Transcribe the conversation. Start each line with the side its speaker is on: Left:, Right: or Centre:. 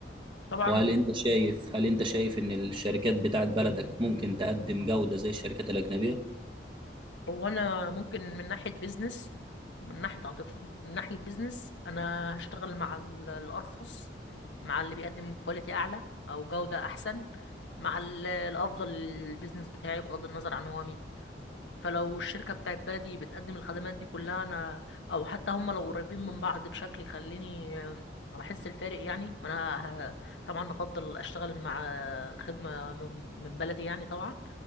Left: طبعا
Right: وهل
Left: ب-
Right: أنت شايف هل أنت شايف إن الشركات بتاعت بلدك ممكن تقدم جودة زي الشركات الأجنبية؟
Left: هو انا ممكن من ناحية بيزنس ومن ناحية عاطفة من ناحية بيزنس انا هشتغل مع ال- الارخص مع اللي بيقدم كواليتي اعلى او جودة احسن مع ال- الافضل للبيزنس بتاعي بغض النظر عن هو مين فلو الشركة بتاعت بلدي بتقدم الخدمات دي كلها أنا أو حتى هم لو قريبين من بعض بشكل يخليني آه، أنا أحس الفارق يعني ما أنا ه- طبعا أفضل أشتغل مع خدمة من من بلدي يعني طبعا